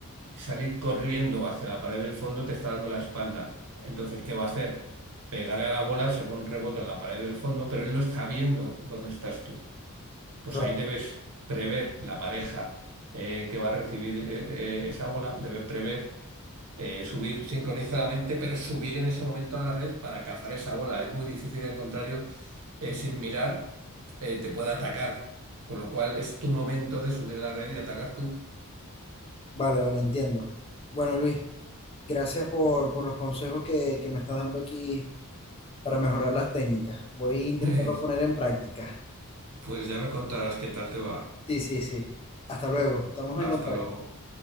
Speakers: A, on the right; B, on the left.
A: salir corriendo hacia la pared del fondo te está dando la espalda. Entonces, ¿qué va a hacer? Pegarle a la bola según rebota en la pared del fondo, pero él no está viendo dónde estás tú. Pues
B: Claro.
A: ahí debes prever la pareja eh, que va a recibir eh, eh, esa bola, debe prever eh, subir sincronizadamente, pero subir en ese momento a la red para cazar esa bola. Es muy difícil, en contrario, eh, sin mirar, eh, te puede atacar. Con lo cual es tu momento de subir a la red y atacar tú.
B: Vale, vale, entiendo. Bueno, Luis, gracias por, por los consejos que, que me estás dando aquí para mejorar las técnicas. Voy a intentarlo
A: <laughs>
B: poner en práctica.
A: Pues ya me contarás qué tal te va.
B: Sí, sí, sí. Hasta luego. Estamos
A: Hasta
B: en contacto.
A: luego.